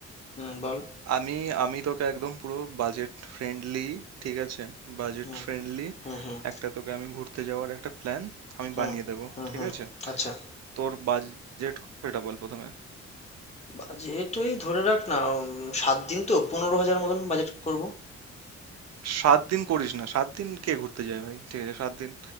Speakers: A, on the left; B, on the right.
A: হুম বল
B: আমি আমি তোকে একদম পুরো বাজেট ফ্রেন্ডলি ঠিক আছে বাজেট
A: হুম
B: ফ্রেন্ডলি
A: হুম হুম
B: একটা তোকে আমি ঘুরতে যাওয়ার একটা প্ল্যান আমি
A: হুম
B: বানিয়ে দেবো
A: হুম
B: ঠিক
A: হুম
B: আছে
A: আচ্ছা
B: তোর বাজেট সেটা বল প্রথমে
A: বাজেট ওই ধরে রাখ না উম, সাত দিন তো পনেরো হাজার মতন বাজেট করব
B: সাত দিন করিস না সাত দিন কে ঘুরতে যায় ভাই ঠিক আছে সাত দিন